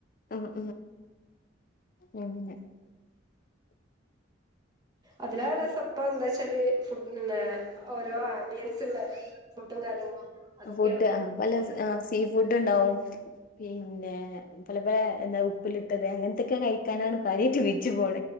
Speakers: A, on the left; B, on the right.
A: ഉംഉം ഉംപിന്നെ <inaudible>
B: അതിനാല് രസപ്പം എന്താ വച്ചാല് ഫു പിന്നെ ഓരോ ആംബിയൻസ് ഉള്ള ഫുഡും കാര്യങ്ങളും അതൊക്കെയാണ്
A: ഫുഡ് ആ പല
B: ആഹ്
A: സീ ഫുഡ് ഉണ്ടാവും പിന്നെ പല പല എന്താ ഉപ്പിലിട്ടത് അങ്ങനത്തൊക്കെ കഴിക്കാനാണ് കാര്യയിട്ട് ബിച്ച് പോണ